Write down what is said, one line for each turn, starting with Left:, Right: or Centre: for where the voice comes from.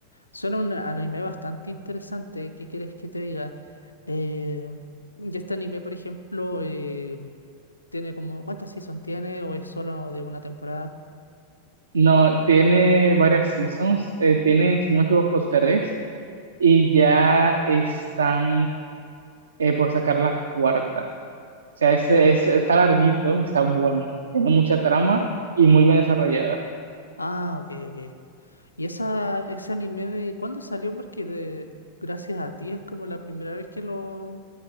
Left: Suena un anime bastante interesante. ¿Qué quieres que te diga? Eh, y este anime, por ejemplo, eh, tiene como, ¿cuántas seasons tiene o es solo de una temporada?
Right: No, tiene varias seasons, eh, tiene, si no me equivoco, tres y ya están eh, por sacar la cuarta. O sea, ese es, está larguito, está bueno, tiene mucha trama y muy bien desarrollada.
Left: Ah, ok, ok. ¿Y esa, ese anime de cuándo salió? Porque de, gracias a ti es como la primera vez que lo,